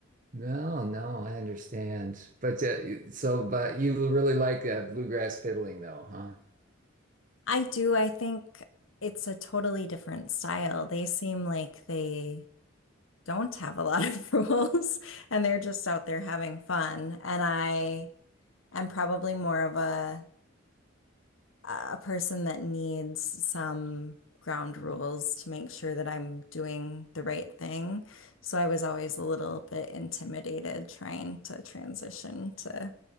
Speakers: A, on the right (about 40°); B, on the left (about 85°).
A: No, no, I understand. But uh, so but you really like uh, bluegrass fiddling though, huh?
B: I do, I think it's a totally different style. They seem like they don't have a lot of <laughs> rules and they're just out there having fun. And I am probably more of a a person that needs some ground rules to make sure that I'm doing the right thing. So I was always a little bit intimidated trying to transition to